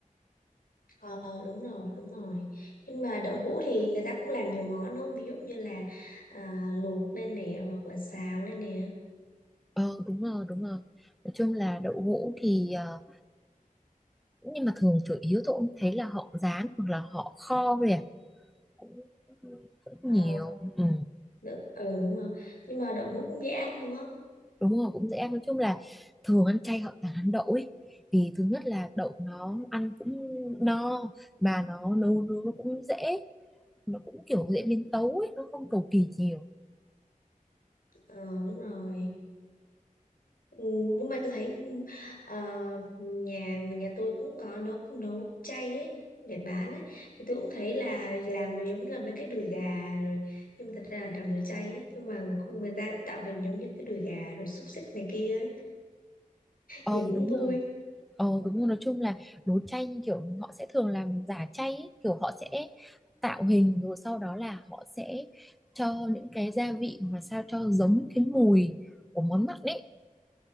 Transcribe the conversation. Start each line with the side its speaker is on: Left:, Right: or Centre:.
Left: Ờ đúng rồi đúng rồi nhưng mà đậu hũ thì người ta cũng làm nhiều món đúng không ví dụ như là à, luộc lên nè hoặc là xào lên nè
Centre: Ờ đúng rồi, đúng rồi Nói chung là đậu hũ thì ờ, Nhưng mà thường chủ yếu tôi cũng thấy là họ rán hoặc là họ kho thôi à Cũng, cũng
Left: ờ
Centre: nhiều ừ.
Left: đ- ừ, đúng rồi nhưng mà đậu hũ cũng dễ ăn đúng không
Centre: đúng rồi cũng dễ ăn nói chung là thường ăn chay họ toàn ăn đậu ấy vì thứ nhất là đậu nó ăn cũng no mà nó nấu nướng nó cũng dễ nó cũng kiểu dễ biến tấu ấy nó không cầu kỳ nhiều
Left: ờ đúng rồi ừ, nhưng mà tôi thấy ờ, nhà nhà tôi cũng có nấu nấu chay ấy để bán ấy thì tôi cũng thấy là làm giống như là mấy cái đùi gà rồi nhưng mà thật ra là làm đồ chay ấy nhưng mà không người ta tạo hình giống như cái đùi gà rồi xúc xích này kia ấy
Centre: ờ
Left: nhìn cũng
Centre: đúng
Left: vui
Centre: rồi ờ đúng rồi nói chung là đồ chay như kiểu họ sẽ thường làm giả chay ấy. kiểu họ sẽ tạo hình rồi sau đó là họ sẽ cho những cái gia vị mà sao cho giống cái mùi của món mặn ấy